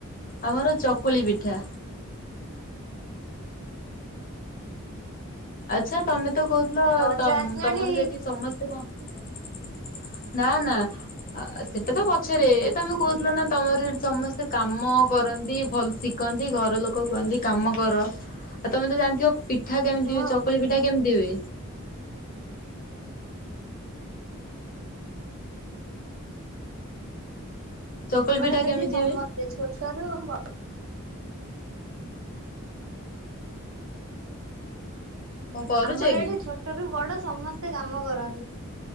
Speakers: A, on the left; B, on the right.
A: ଆମର ଚକୁଳି ପିଠା। ଆଚ୍ଛା ତୋମେ ତ କହୁଥୁଲ
B: ରଜ
A: ତମ
B: ଆସିଲାଣି
A: ତୋମର ସେଠି ସମସ୍ତେ କଣ ନା ନା ଅ, ସେଟା ତ ପଛରେ ତୋମେ କହୁଥୁଲ ନା ତୋମର ସେଠି ସମସ୍ତେ କାମ କରନ୍ତି, ଭଲ ଶିଖନ୍ତି ଘର ଲୋକ କୁହନ୍ତି କାମ କର, ଆଉ ତୋମେ ତ ଜାଣିଥିବ ପିଠା କେମିତି
B: ହଁ
A: ଚକୁଳି ପିଠା କେମିତି ହୁଏ? ଚକୁଳି
B: ଆମର
A: ପିଠା କେମିତି
B: ଏଠି ସମସ୍ତେ
A: ହୁଏ
B: ଛୋଟରୁୁ ବ
A: କଣ କରୁଛ
B: ଆମର
A: କି
B: ଏଠି ଛୋଟ ରୁ ବଡ ସମସ୍ ସେ କାମ କରନ୍ତି,